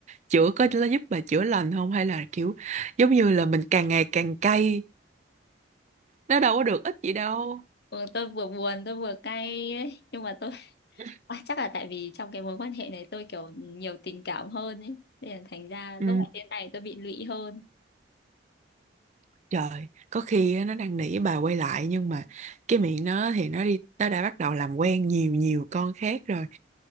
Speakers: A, on the right (about 40°); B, on the left (about 55°).
A: chữa có nó giúp bà chữa lành không hay là kiểu giống như là mình càng ngày càng cay nó đâu có được ích gì đâu
B: Ừ, tôi vừa buồn, tôi vừa cay ấy. Nhưng mà tôi <laughs>
A: <laughs>
B: à, chắc là tại vì trong cái mối quan hệ này tôi kiểu nhiều tình cảm hơn ấy. Nên là thành ra
A: ừ.
B: lúc mà thế này tôi bị lụy hơn.
A: Trời, có khi á, nó đang nỉ bà quay lại nhưng mà cái miệng nó thì nó đi nó đã bắt đầu làm quen nhiều nhiều con khác rồi.